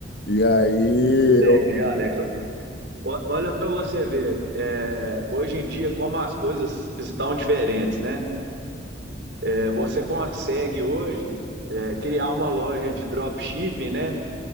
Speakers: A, on the left; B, on the right.
A: E aí
B: entendi,
A: eu
B: Alex. O- olha pra você ver, é, hoje em dia como as coisas estão diferentes, né? É, você consegue hoje é, criar uma loja de dropshipping, né?